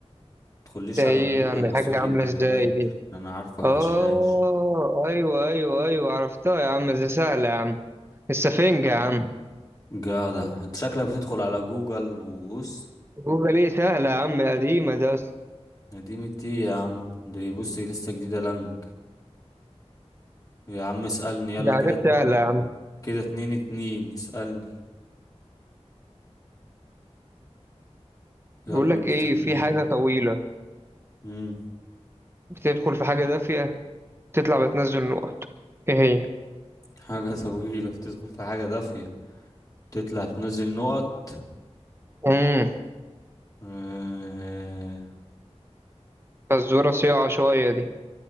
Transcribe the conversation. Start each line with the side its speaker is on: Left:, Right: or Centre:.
Left: تدخليش
Right: ده إيه
Left: على جوجل
Right: يعني
Left: بس
Right: حاجة
Left: وتجيب
Right: عاملة
Left: الإجابات
Right: إزاي دي؟
Left: أنا عارفك غشاش
Right: آه أيوه أيوه أيوه عرفتها يا عم ده سهلة يا عم السفنجة يا عم
Left: جدع أنت شكلك بتدخل على جوجل وبص
Right: جوجل إيه سهلة يا عم قديمة ده أصلا
Left: نديمة إيه يا عم دي بص لسه جديدة لانك يا عم اسألني يلا
Right: دي
Left: كده
Right: حاجات
Left: اتنين
Right: سهلة يا عم
Left: كده اتنين اتنين اسألني يلا
Right: بيقول لك
Left: مستنيك
Right: إيه في حاجة طويلة
Left: مم.
Right: بتدخل في حاجة دافية تطلع بتنزل نقط ايه هي
Left: حاجة طويلة بتدخل في حاجة دافية تطلع تنزل نقط
Right: امم
Left: آه،
Right: فالزورة صياعة شوية دي